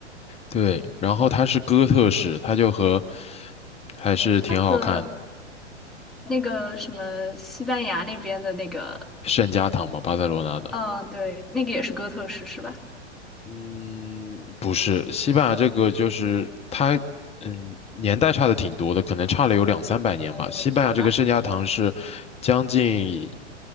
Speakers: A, on the left; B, in the centre.
A: 对，然后它是哥特式，它就和还是挺好看的，
B: 它和那个什么西班牙那边的那个，
A: 圣家堂嘛，巴塞罗那的。
B: 嗯，对，那个也是哥特式是吧？
A: 嗯，不是，西班牙这个就是它，嗯，年代差的挺多的，可能差了有两三百年吧。
B: 哦，
A: 西班牙这个圣家堂是将近
B: 好吧。